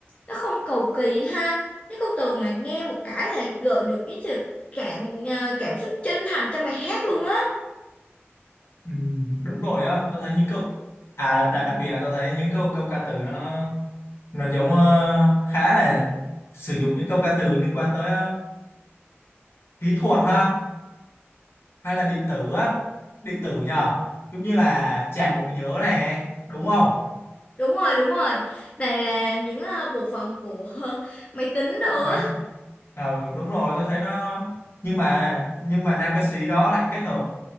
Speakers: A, on the left (about 25°); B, on the left (about 60°).
A: nó không cầu kỳ ha cái câu từ mà nghe một cái là gợi được cái sự cảm ờ, cảm xúc chân thành trong bài hát luôn á
B: ừm, đúng rồi á, tôi thấy những câu à đặc, đặc biệt là tôi thấy những câu câu ca từ nó nó giống ờ, khá là sử dụng những câu ca từ liên quan tới ờ, kỹ thuật ha, hay là điện tử á, điện tử nhờ, giống như là tràn bộ nhớ này, đúng không?
A: đúng rồi đúng rồi này là những ờ, bộ phận của <laughs> máy tính đồ
B: Đấy,
A: á
B: Ừ đúng rồi tôi thấy nó nhưng mà nhưng mà nam ca sĩ đó lại kết hợp